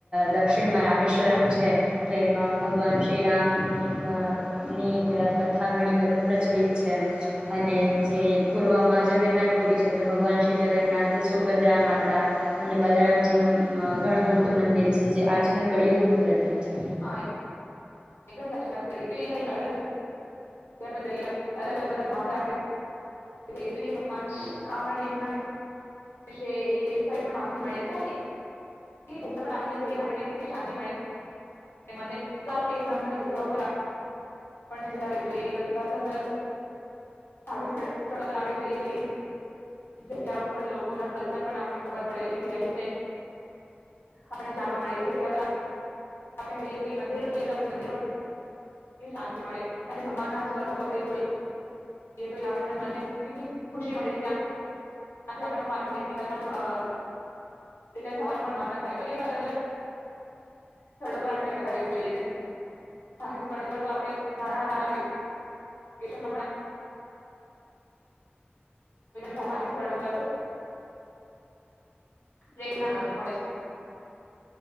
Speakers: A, on the right; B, on the left.
A: દક્ષિણમાં રામેશ્વરમ છે તો એમાં ભગવાન શ્રીરામની મતલબ કથા ઘણી પ્રચલિત છે. અને જે પૂર્વમાં જગન્નાથપુરી છે તો ભગવાન શ્રી જગન્નાથ સુભદ્રા માતા અને બલરામ જીનું ઘણું મોટું મંદિર છે જે આજના કળિયુગનું પ્રત્ય ઠીક છે.
B: હા એકદમ સાચી વાત કરી કે અલગ અલગ અલગ અલગ બધા ધામ પર આપણે થઈએ તો એ ભગવાન આપણને એમના વિશે એ કઈ પણ માહિતી મળે તો ઘટના પર આવીને જઈને આપને કેટલી શાંતિ મળે મનને. એ નવી નવી જગ્યા પર આપણને જતા રહેવું જોઈએ એ બધા અલગ અલગ ધાર્મિક સ્થળો પર આપણે જઈએ તો એ જગ્યા પર લોકોના કલ્ચર પણ આપણને ખબર પડે આપ જાણવા મળે એ જગ્યા પર આપણે જઈએ તો એ મિરો જઈએ. ાંતિ મળે અને ભગવાન ના સ્વરૂપ આપણે જો તો મ કેટલી ખુશી મળે તથી આપને પાછુંનીકળવાનુંનું મન થાય તો એ અલગ અલગ સ્થળો પર આપ જતા રહેેવું જોઈએ. ધાર્મિક સ્થળો પર તો આપ નાણા હતાતા નવી ન ધાર્મિક સ્થળો પર પ્રેરણા મળે છે.